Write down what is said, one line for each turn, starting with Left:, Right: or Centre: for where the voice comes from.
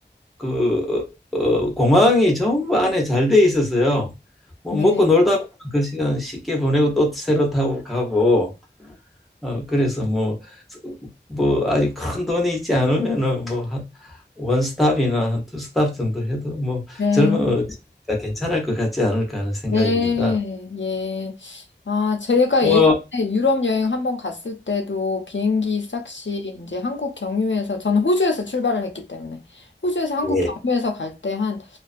Centre: 그 어, 어, 공항이 전부 안에 잘 돼 있어서요. 뭐
Left: 네.
Centre: 먹고 놀다 보면 그 시간 쉽게 보내고 또 새로 타고 가고 어, 그래서 뭐 뭐 아직 큰 돈이 있지 않으면은 뭐한 스탑이나 한 두 스탑 정도 해도 뭐
Left: 네.
Centre: 젊으니까 괜찮을 것 같지 않을까 하는 생각입니다.
Left: 네. 예. 아, 저희가
Centre: 어,
Left: 예전에 유럽 여행 한번 갔을 때도 비행기 싹시 이제 한국 경유해서 저는 호주에서 출발을 했기 때문에 호주에서 한국
Centre: 예.
Left: 경유해서 갈때한